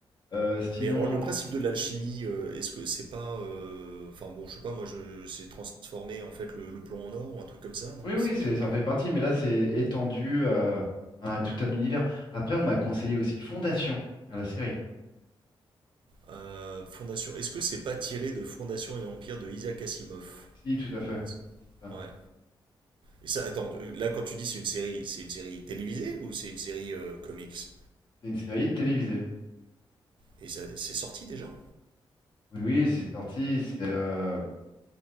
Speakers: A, on the left; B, on the right.
A: Euh, sinon,
B: Mais alors, le principe de l'alchimie, euh, est-ce que c'est pas... euh, Enfin bon, je sais pas, moi, je... c'est transformer en fait le, le plomb en or ou un truc comme ça, non?
A: Oui, oui,
B: C'est...
A: c'est,
B: euh,
A: ça en fait partie, mais là, c'est étendu euh, à tout un univers. Après, on m'a conseillé aussi Fondation, tiens, la série.
B: euh, Fondation... Est-ce que c'est pas tiré de Fondation et Empire de Isaac Asimov?
A: Si, tout à fait.
B: C'est-
A: Si, si, c'est ça.
B: Ouais. Et ça, attends, là, quand tu dis c'est une série, c'est une série télévisée ou c'est une série euh, comics?
A: C'est une série télévisée.
B: Et ça- c'est sorti déjà
A: Oui, oui, c'est sorti. C'est euh,